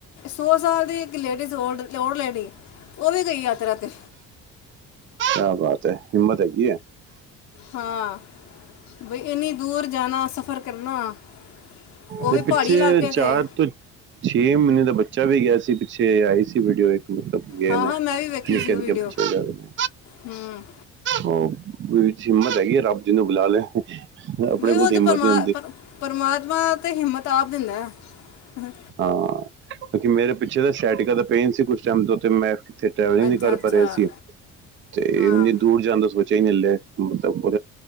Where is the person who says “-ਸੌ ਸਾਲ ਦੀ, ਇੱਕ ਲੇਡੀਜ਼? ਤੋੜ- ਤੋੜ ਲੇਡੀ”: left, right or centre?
Left